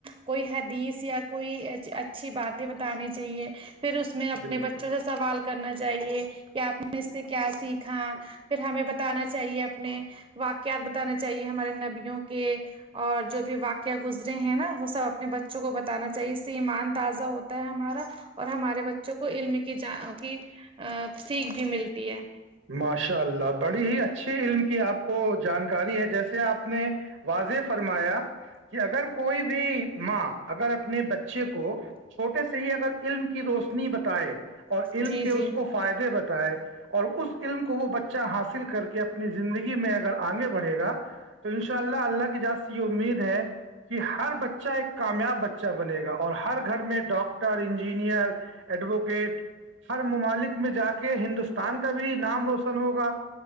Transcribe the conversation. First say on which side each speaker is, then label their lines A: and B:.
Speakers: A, on the right; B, on the right.
A: کوئی حدیث یا کوئی اچھی باتیں بتانی چاہیے پھر اس میں اپنے
B: بالکل
A: بچوں سے سوال کرنا چاہیے کہ آپ نے اس سے کیا سیکھا پھر ہمیں بتانا چاہیے اپنے واقعات بتانا چاہیے ہمارے نبیوں کے اور جو بھی واق کیا گزرے ہیں نا وہ سب اپنے بچوں کو بتانا چاہیے اس سے ایمان تازہ ہوتا ہمارا اور ہمارے بچوں کو علم کی ج کی ا سیکھ بھی ملتی ہے
B: ماشاء اللہ بڑی ہی اچھی علم کی آپ کو جانکاری ہے جیسے آپ نے واضح فرمایا کہ اگر کوئی بھی ماں اگر اپنے بچے کو چھوٹے سے ہی اگر علم کی روشنی بتائے اور علم
A: جی
B: کے اس
A: جی
B: کو فائدے بتائے اور اس علم کو وہ بچہ حاصل کر کے اپنی زندگی میں اگر آگے بڑھے گا تو ان شاء اللہ اللہ کی جاز سے یہ امید ہے کہ ہر بچے بچہ ایک کامیاب بچہ بنے گا اور ہر گھر میں ڈاکٹر انجینئر ایڈوکیٹ ہر ممالک میں جا کے ہندوستان کے کا بھی نام روشن ہوگا